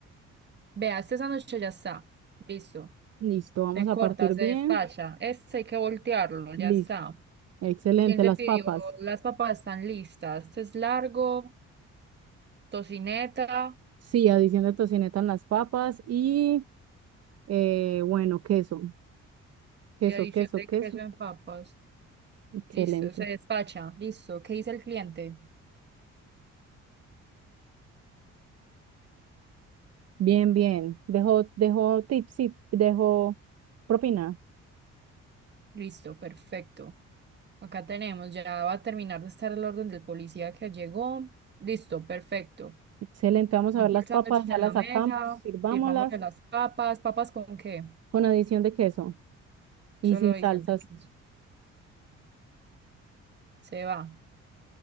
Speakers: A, on the right; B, on the right.
A: Vea, este sándwich ya está. Listo.
B: Listo, vamos
A: Se
B: a
A: corta,
B: partir
A: se
B: bien.
A: despacha. Este hay que voltearlo, ya
B: Listo.
A: está.
B: Excelente,
A: ¿Quién se
B: las
A: pidió?
B: papas.
A: Las papas están listas. Este es largo, tocineta
B: Sí, adición de tocineta en las papas y eh, bueno, queso. Queso,
A: y adición
B: queso,
A: de
B: queso.
A: queso en papas.
B: Excelente.
A: Listo, se despacha. Listo. ¿Qué dice el cliente?
B: Bien, bien. Dejo, dejo tips, sí, dejo propina.
A: Listo, perfecto. Acá tenemos, ya va a terminar de estar el orden del policía que llegó. Listo, perfecto.
B: Excelente, vamos
A: Monta
B: a ver las
A: el sándwich
B: papas, ya
A: en
B: las
A: la mesa,
B: sacamos, sirvámoslas
A: sirvamos las papas. ¿Papas con qué?
B: con adición de queso. Y
A: Solo
B: sin
A: diciendo
B: salsas.
A: que Se va.